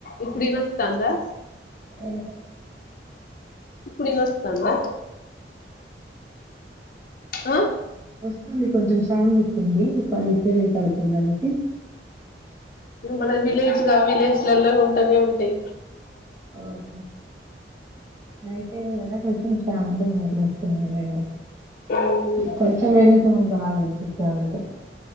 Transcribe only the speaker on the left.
ఇప్పుడునస్తాందా
ఇప్పుడు ఇనొస్తాందా ఆ
మన విలేజ్గా విలేజ్ లా ఉంటూనే ఉంటాయి
మ్మ్